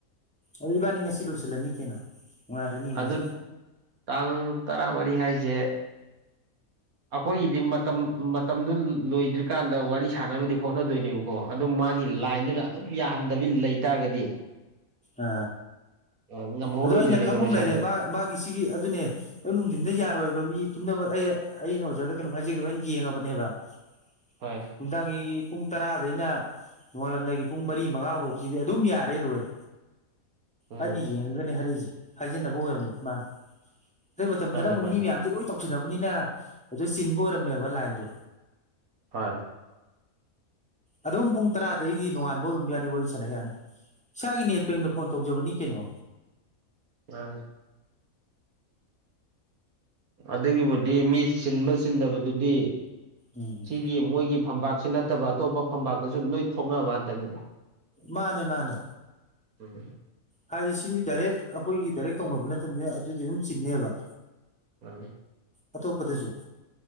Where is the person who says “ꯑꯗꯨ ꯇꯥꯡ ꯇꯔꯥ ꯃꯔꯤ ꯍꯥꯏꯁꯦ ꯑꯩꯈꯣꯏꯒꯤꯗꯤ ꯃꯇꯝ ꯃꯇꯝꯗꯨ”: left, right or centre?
Right